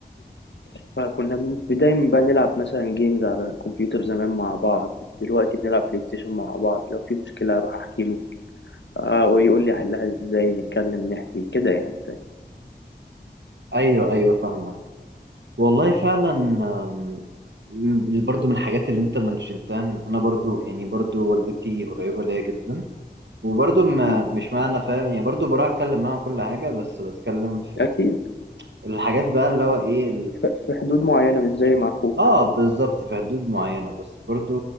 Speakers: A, on the left; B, on the right.
A: فكنا بن- دايما بقى نلعب مثلا جيمز على الكمبيوتر زمان مع بعض دلوقتي بنلعب بلاي ستيشن مع بعض لو في مشكلة أروح أحكي له آه ويقول لي احلها ازاي نتكلم نحكي كده يعني فاهم
B: ايوه ايوه فاهمك والله فعلا أم، م- برضه من الحاجات اللي انت منشنتها إن انا برضه يعني برضه والدتي قريبه ليا جدا وبرضه ما
A: مم.
B: مش معنى فاهم يعني برضه بروح اتكلم معاها كل حاجه بس بتكلم في
A: اكيد
B: الحاجات بقى اللي هو ايه
A: ف- في حدود معينة مش زي مع اخوك
B: اه بالظبط في حدود معينة بس برضو